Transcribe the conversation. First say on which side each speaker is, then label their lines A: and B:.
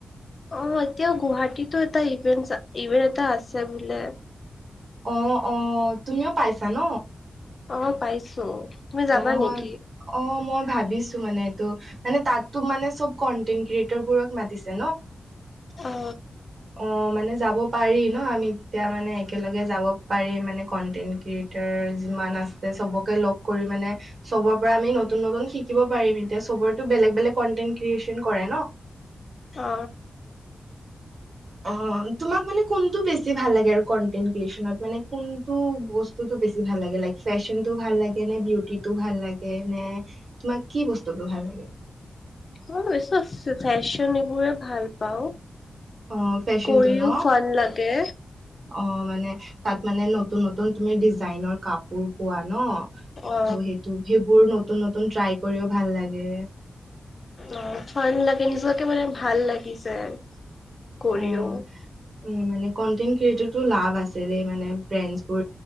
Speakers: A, on the left; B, on the right.
A: অ' এতিয়াও গুৱাহাটীতো এটা ইভেন্ট ইভেন্ট এটা আছে বোলে।
B: অ-অ তুমিও পাইছা ন।
A: অ' পাইছো। তুমি যাবা
B: অ-অ
A: নেকি
B: মই ধাক ভাবিছো মানে এইটো মানে তাতো মানে চব কন্টেন্ট ক্ৰিয়েটৰ বোৰক মাতিছে।
A: অ
B: অ' মানে যাব পাৰি ন আমি যেতিয়া মানে একেলগে যাব পাৰি মানে কন্টেন্ট ক্ৰিয়েটাৰ যিমান আছে সবকে লগ। মানে চবৰ পৰা আমি নতুন নতুন শিকিব পাৰিম এতিয়া চবতো বেলেগ বেলেগ কন্টেন্ট ক্ৰিয়েচন কৰে।
A: অ
B: অ' তোমাক মানে কোনটো বেছি ভাল লাগে আৰু কনটেনট ক্ৰিয়েচনত মানে কোনটো বস্তুতটো বেছি ভাল লাগে লাইক ফেশ্বনতো ভাল লাগে। কেনে বিউটিটো ভাল লাগে নে তোমাক কি বস্তুটো ভাল লাগে।
A: মই বেছি ফেশ্বন এইবোৰে ভাল পাওঁ।
B: অ' ফেচনটো
A: কৰিও
B: ন
A: ফান লাগে
B: অ মানে। তাত মানে নতুন নতুন তুমি ডিজাইনৰ কাপোৰ পোৱা ন।
A: অ
B: ত' সেইটো সেইবোৰ নতুন নতুন ট্ৰাই কৰিও ভাল লাগে।
A: অ' ফান লাগে নিজকে মানে ভাল লাগি যায়। কৰিও
B: উম-উম মানে কনটেনট ক্ৰিয়টড লা আছে দ মানে বো